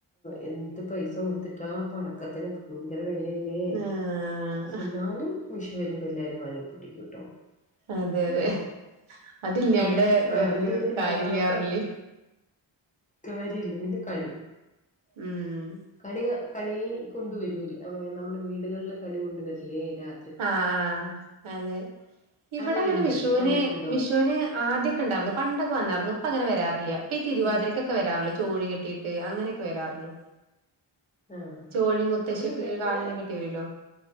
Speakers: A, on the left (about 15°); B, on the right (about 75°).
A: എന്ത് പൈസ കൊടുത്തിട്ടാ പടക്കത്തിന് ഭയങ്കര വെലയല്ലേ
B: ആഹ്
A: പക്ഷെ ന്നാലും വിഷു വെരുമ്പോ എല്ലാരും വാങ്ങി പൊട്ടിക്കുട്ടോ അത്
B: അതെ അതെ
A: വേറെ
B: അതില്ലാണ്ട്
A: പട
B: വേറൊരു
A: അ അതിന് വേണ്ടി
B: കാര്യല്ല
A: മാത്രം
B: പറഞ്ഞില്ലേ
A: കാര്യല്ല പിന്നെ കണി
B: ഉം
A: കണി കണി കൊണ്ടുവരൂലെ അങ്ങനെ നമ്മടെ വീടുകളില് കണി കൊണ്ടുവരില്ലേ രാ
B: ആഹ് ആഹ് അതെ ഇവടെ
A: അങ്ങനെയുണ്ട്
B: അങ്ങനെ വിഷുന്
A: കണ്ടിട്ടുണ്ടോ
B: വിഷുന് ആദ്യൊക്കെ ണ്ടാർന്നു പണ്ടൊക്കെ വന്നാർന്നു ഇപ്പങ്ങനെ വെരാറില്ല ഇപ്പ തിരുവാതിരക്കൊക്കെ
A: ഉം
B: വെരാറുള്ളു ചോഴി കെട്ടിട്ട് അങ്ങനെയൊക്കെ വെരാറുള്ളു
A: ആഹ്
B: ചോഴി മുത്തശ്ശിയൊക്കെ
A: നമ്മുടെ ഇവിടെയൊക്കെ
B: കാലനെ കെട്ടി വരല്ലോ